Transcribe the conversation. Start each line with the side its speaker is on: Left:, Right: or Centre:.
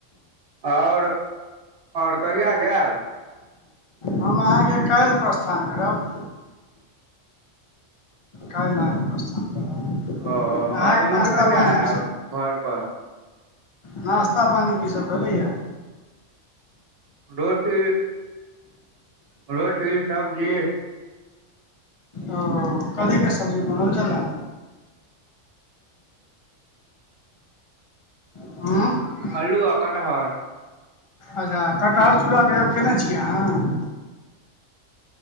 Right: आओर, आओर कहिया जाएब?
Left: हम अहाँकेँ काल्हि प्रस्थान करब। कइ लग प्रस्थान करब?
Right: ओ
Left: अहाँके
Right: आओर
Left: नाश्ता
Right: ओम्हर कहिया
Left: पानी
Right: आयब
Left: की
Right: घरप?
Left: नास्ता पानी की सभ भेलैया?
Right: रोटी रोटी सब्जी
Left: ओ कथी के सब्जी बनल छले हु
Right: आलुआ कटहर
Left: अच्छा कटहर चूड़ा कहियो खयने छियै अहाँ